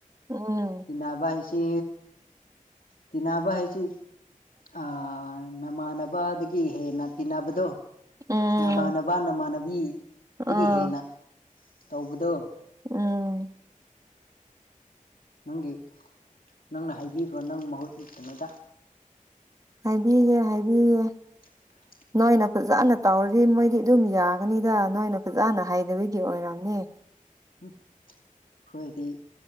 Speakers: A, on the right (about 25°); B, on the left (about 85°).
A: ꯑꯝ
B: ꯇꯤꯅꯥꯕ ꯍꯥꯏꯁꯤ ꯇꯤꯅꯥꯕ ꯍꯥꯏꯁ ꯑ ꯅꯃꯥꯟꯅꯕ ꯑꯗꯒꯤ ꯍꯦꯟꯅ ꯇꯤꯟꯅꯕꯗꯣ
A: ꯎꯝ
B: ꯅꯃꯥꯟꯅꯕ ꯅꯃꯥꯟꯅꯕꯤꯗꯒꯤ
A: ꯑꯥ
B: ꯍꯦꯟꯅ ꯇꯧꯕꯗꯣ
A: ꯎꯝ
B: ꯅꯪꯒꯤ ꯅꯪꯅ ꯍꯥꯏꯕꯤꯈ꯭ꯔꯣ ꯅꯪ ꯃꯍꯨꯠꯇꯉꯩꯗ
A: ꯍꯥꯏꯕꯤꯒꯧ ꯍꯥꯏꯕꯤꯒꯦ
B: <unintelligible>
A: ꯅꯣꯏꯅ ꯐꯖꯅ ꯇꯧꯔꯤ ꯃꯣꯏꯗꯤ ꯑꯗꯨꯝ ꯌꯥꯒꯅꯤꯗ ꯅꯣꯏꯅ ꯐꯖꯅ ꯍꯥꯏꯩꯗꯕꯤꯗꯤ ꯑꯣꯏꯔꯝꯅꯤ
B: ꯑꯩꯈꯣꯏꯗꯤ